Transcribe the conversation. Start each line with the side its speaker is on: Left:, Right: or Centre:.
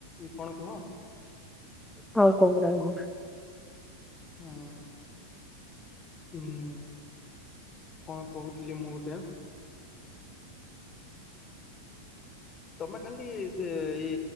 Left: କଣ କୁହ?
Centre: କଣ କହିବି ତା ହେଲେ?
Left: ହୁଁ ହୁଁ। କଣ କହୁଥିଲି ମୁଁ ଗୋଟେ ଆଁ ତମେ ଖାଲି ସେ ଇ